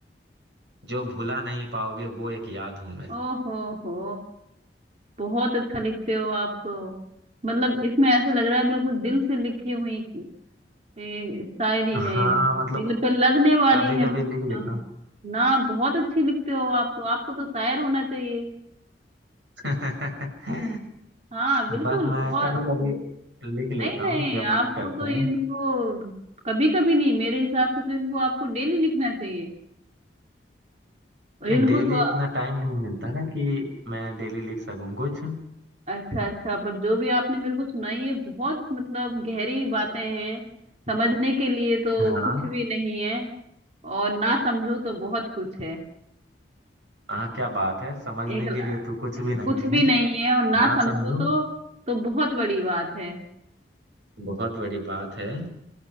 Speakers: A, on the right (about 85°); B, on the right (about 40°).
A: जो भुला नहीं पाओगे वो एक याद हूं मैं
B: ओहो हो बहुत अच्छा लिखते हो आप तो मतलब इसमें ऐसा लग रहा है बिल्कुल दिल से लिखी हुई ए, शायरी है
A: हाँ
B: ये बिल्कुल
A: मतलब
B: दिल पे लगने वाली
A: कभी
B: है
A: कभी
B: बिल्कुल।
A: लिख लेता हूँ
B: ना बहुत अच्छी लिखते हो आप तो आपको तो शायर होना चाहिए
A: <laughs>
B: हाँ बिल्कुल
A: बस मैं
B: बहुत
A: कभी कभी लिख लेता
B: नहीं नहीं
A: हूँ जब मन
B: आपको
A: करता
B: तो इनको
A: है
B: कभी कभी नहीं मेरे हिसाब से तो इनको आपको डेली लिखना चाहिए और
A: नहीं
B: इनको
A: डेली
B: तो
A: इतना टाइम नहीं मिलता ना कि मैं डेली लिख सकूं कुछ
B: अच्छा अच्छा पर जो भी आपने मेरे को सुनाई है बहुत मतलब गहरी बातें हैं समझने के लिए तो
A: हाँ
B: कुछ भी नहीं है और ना समझो तो बहुत कुछ है
A: हाँ क्या बात है समझने
B: एक
A: के लिए तो कुछ भी नहीं
B: कुछ भी
A: है
B: नहीं है और ना
A: ना
B: समझो
A: समझो
B: तो तो बहुत बड़ी बात है
A: बहुत बड़ी बात है